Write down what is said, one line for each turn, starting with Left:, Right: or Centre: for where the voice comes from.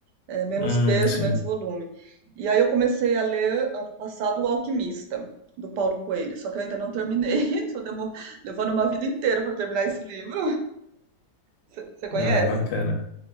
Right: É, menos
Left: Hum,
Right: peso,
Left: sim.
Right: menos volume. E aí eu comecei a ler ano passado O Alquimista, do Paulo Coelho, só que eu ainda não terminei. <laughs> Tô demo- levando uma vida inteira para terminar esse livro. Você conhece?
Left: Ah, bacana.